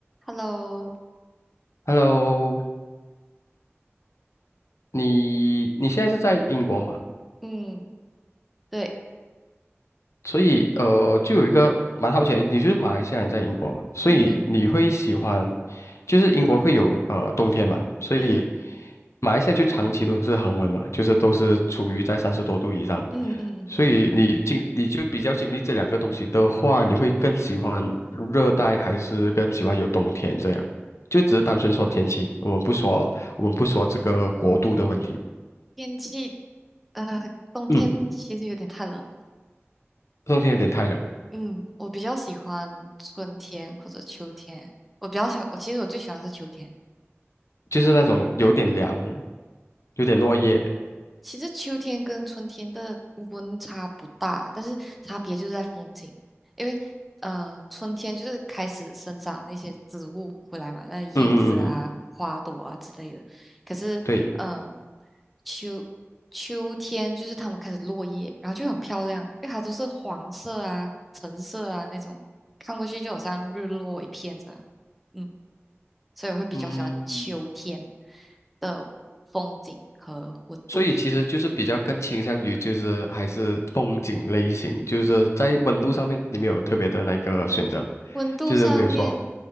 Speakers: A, in the centre; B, on the left.
A: Hello，
B: Hello，你你现在是在英国嘛？
A: 嗯，对，
B: 所以呃，就有一个蛮好奇的你就是马来西亚人在英国嘛，所以你会喜欢，
A: 嗯哼，
B: 就是英国会有呃冬天嘛，所以
A: 嗯
B: 马来西亚就长期都是恒温嘛，就是都是处于在三十多度以上，
A: 嗯嗯嗯，
B: 所以你经你就比较经历这两个东西的话，你会更喜欢热带还是更喜欢有冬天这样？就只是单纯说天气，我们不说我们不说这个国度的问题。
A: 天气，呃，冬天其实有点太冷了
B: 嗯。冬天有点太冷，
A: 嗯，我比较喜欢春天或者秋天，我比较喜欢，我其实我最喜欢是秋天。
B: 就是那种有点凉，有点落叶。
A: 嗯。其实秋天跟春天的温差不大，但是差别就是在风景，因为呃，春天就是开始生长那些植物回来嘛，那叶子啊、
B: 嗯嗯嗯，
A: 花朵啊之类的。可是，
B: 对，
A: 嗯、秋秋天就是它们开始落叶，然后就很漂亮，因为它都是黄色啊、橙色啊那种，看过去就好像日落一片这样。嗯，所以我会比较喜欢秋天
B: 嗯，
A: 的风景和温度。
B: 所以其实就是比较更倾向于就是还是风景类型，就是在温度上面你没有特别的那个选择，
A: 温度上面，
B: 就是没有说，